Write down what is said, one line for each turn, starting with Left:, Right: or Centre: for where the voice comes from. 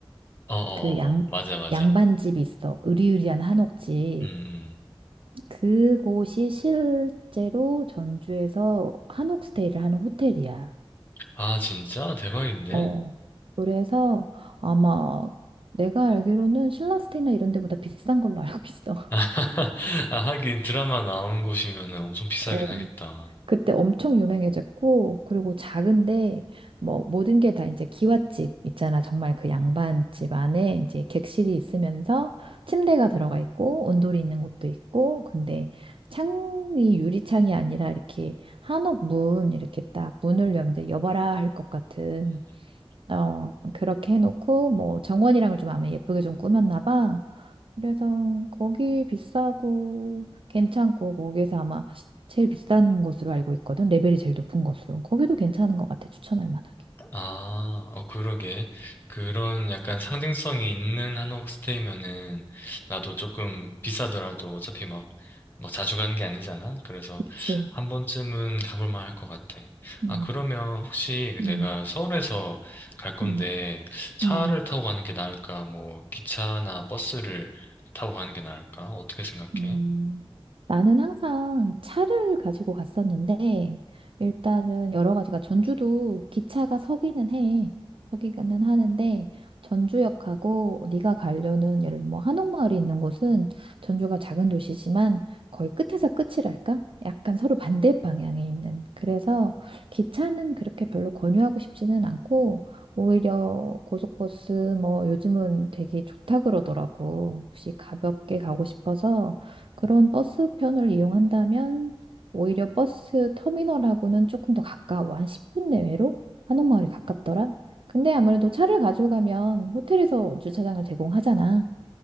Left: 어, 어,
Right: 그 양,
Left: 어, 맞아, 맞아.
Right: 양반집이 있어. 으리으리한 한옥집.
Left: 음, 음.
Right: 그곳이 실제로 전주에서 한옥 스테이를 하는 호텔이야.
Left: 아, 진짜? 대박인데?
Right: 어. 그래서 아마 내가 알기로는 신라스테이나 이런 데보다 비싼 걸로 알고 있어.
Left: <laughs>
Right: <laughs>
Left: 아, 하긴 드라마 나온 곳이면은 엄청 비싸긴
Right: 어.
Left: 하겠다.
Right: 그때 엄청 유명해졌고, 그리고 작은데, 뭐, 모든 게 다 이제 기와집 있잖아. 정말 그 양반집 안에 이제 객실이 있으면서 침대가 들어가 있고, 온돌이 있는 곳도 있고, 근데 창이 유리창이 아니라 이렇게 한옥 문, 이렇게 딱 문을 열는데 여봐라 할 것 같은, 어, 그렇게 해놓고, 뭐, 정원이랑을 좀 아마 예쁘게 좀 꾸몄나 봐. 그래서 거기 비싸고 괜찮고 거기서 아마 제일 비싼 곳으로 알고 있거든. 레벨이 제일 높은 곳으로. 거기도 괜찮은 것 같아. 추천할 만하게.
Left: 아, 어, 그러게. 그런 약간 상징성이 있는 한옥스테이면은 나도 조금 비싸더라도 어차피 막, 뭐 자주 가는 게 아니잖아? 그래서
Right: 그치.
Left: 한 번쯤은 가볼 만할 것 같아.
Right: 음.
Left: 아, 그러면 혹시 그
Right: 음,
Left: 내가 서울에서 갈 건데
Right: 음,
Left: 차를
Right: 음.
Left: 타고 가는 게 나을까? 뭐 기차나 버스를 타고 가는 게 나을까? 어떻게 생각해?
Right: 음, 나는 항상 차를 가지고 갔었는데, 일단은 여러 가지가, 전주도 기차가 서기는 해. 서기는 하는데, 전주역하고 네가 가려는 예를 뭐 한옥마을이 있는 곳은 전주가 작은 도시지만 거의 끝에서 끝이랄까? 약간 서로 반대 방향에 있는. 그래서 기차는 그렇게 별로 권유하고 싶지는 않고, 오히려 고속버스 뭐 요즘은 되게 좋다 그러더라고. 혹시 가볍게 가고 싶어서 그런 버스편을 이용한다면 오히려 버스 터미널하고는 조금 더 가까워. 한 10분 내외로 한옥마을이 가깝더라. 근데 아무래도 차를 가지고 가면 호텔에서 주차장을 제공하잖아.